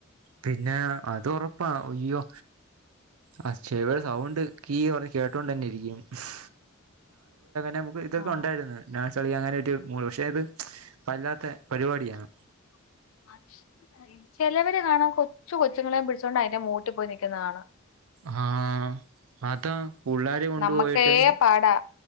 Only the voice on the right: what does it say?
പിന്നെ അത് ഉറപ്പാ അയ്യോ ആ ചെവിയുടെ സൗണ്ട് കീന്ന് കേട്ടോണ്ട് തന്നെ ഇരിക്കും <unintelligible> നമുക്ക് ഇതൊക്കെ
ഉണ്ടായിരുന്നു നാസ്- കളി അങ്ങനോരു മൂള് പക്ഷേ അത് വല്ലാത്ത
പരിപാടിയാണ്
ആഹ് അതാ പുള്ളാരെ കൊണ്ടുപോയിട്ട്